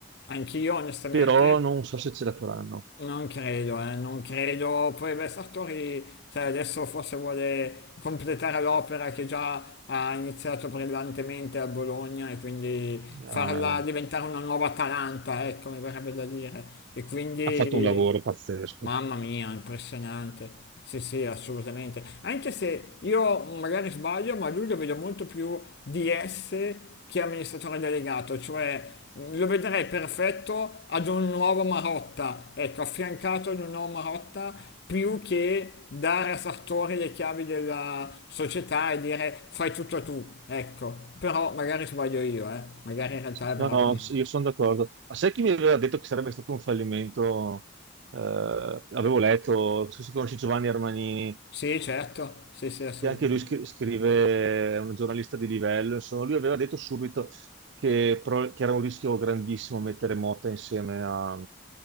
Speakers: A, on the left (about 55°); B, on the right (about 65°).
A: anch'io onestamente
B: però non so se ce la faranno.
A: non credo, eh, non credo. Poi beh, Sartori, sai, adesso forse vuole completare l'opera che già ha iniziato brillantemente a Bologna e quindi
B: Eh,
A: farla diventare una nuova Atalanta, ecco, mi verrebbe da dire. E quindi...
B: ha fatto un lavoro pazzesco.
A: Mamma mia, impressionante. Sì, sì, assolutamente. Anche se io magari sbaglio, ma lui lo vedo molto più DS che amministratore delegato, cioè mh, lo vedrei perfetto ad un nuovo Marotta, ecco, affiancato ad un nuovo Marotta, più che dare a Sartori le chiavi della società e dire fai tutto tu, ecco. Però magari sbaglio io, eh. Magari in realtà è bravo.
B: No, no, sì, io sono d'accordo. Ma sai chi mi aveva detto che sarebbe stato un fallimento? Eh, avevo letto, se si conosci Giovanni Armanini
A: Sì, certo, sì, sì, assolutamente.
B: che anche lui scri- scrive, è un giornalista di livello, insomma, lui aveva detto subito che, pro- che era un rischio grandissimo mettere Motta insieme a,